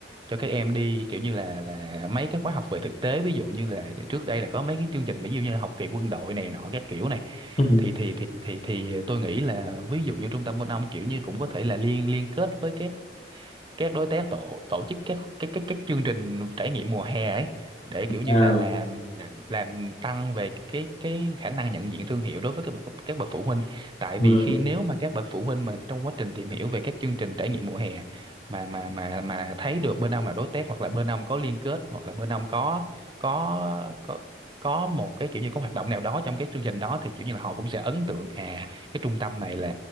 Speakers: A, on the right (about 25°); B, on the left (about 35°).
A: cho các em đi kiểu như là là mấy cái khóa học về thực tế ví dụ như là trước đây là có mấy cái chương trình ví dụ như là học kỳ quân đội này nọ các kiểu này
B: ừ
A: thì thì thì thì thì tôi nghĩ là ví dụ như trung tâm bên ông kiểu như cũng có thể là liên liên kết với các các đối tác tổ tổ chức các các các các chương trình trải nghiệm mùa hè ấy để kiểu như
B: à
A: là làm làm làm tăng về cái cái khả năng nhận diện thương hiệu đối với các bậc các bậc phụ huynh tại
B: ừ,
A: vì khi nếu mà các bậc phụ huynh mà trong quá trình tìm hiểu về các chương trình trải nghiệm mùa hè mà mà mà mà thấy được bên ông là đối tác hoặc là bên ông có liên kết hoặc là bên ông có có có có một cái kiểu như có hoạt động nào đó trong cái chương trình đó thì kiểu như là họ cũng sẽ ấn tượng à cái trung tâm này là